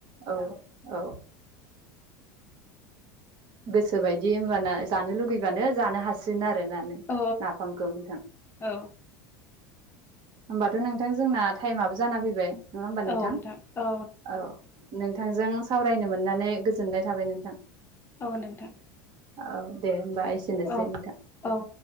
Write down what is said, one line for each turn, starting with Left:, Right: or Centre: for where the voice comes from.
Right: औ औ गोसो बायदि होनबाना जानो लुगैबानो जानो हासिगोन आरो। नानै
Left: औ
Right: नाफामखौ नोंथां।
Left: औ
Right: होमबाथ' नोंथां जोंना टाइमाबो जाना फैबाय नङा होमबा नोंथां
Left: औ औ
Right: औ। नोंथांजों सावरायनो मोननानै गोजोननाय थाबाय नोंथां।
Left: औ नोंथां।
Right: औ दे होमबा एसेनोसै
Left: औ
Right: नोंथां।
Left: औ